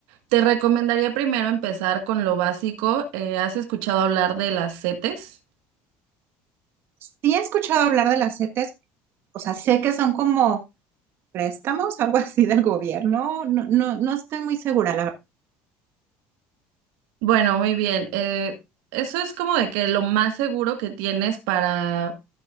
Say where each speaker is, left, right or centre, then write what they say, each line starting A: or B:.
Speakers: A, on the right; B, on the right.
A: te recomendaría primero empezar con lo básico. Eh, ¿has escuchado hablar de las CETES?
B: Sí he escuchado hablar de las CETES, o sea, sé que son como préstamos, algo <laughs> así del gobierno, no, no, no estoy muy segura, la verdad.
A: Bueno, muy bien. Eh, eso es como de que lo más seguro que tienes para,